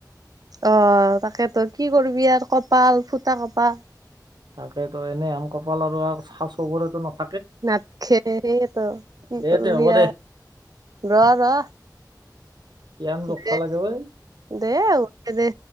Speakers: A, on the right; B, on the right.
A: অ তাকেতো কি কৰিবি আৰু কপাল ফুটা কপাল।
B: তাকেতো এনেই আম কপাল আৰু আনচা চবুৰে নক
A: নাখেৰে তো কি
B: দে
A: কৰিব
B: তে
A: আৰু
B: হ'ব দে
A: ৰ ৰ।
B: কিয়ান জগবা
A: দে
B: লাগে ঐ
A: দে দে।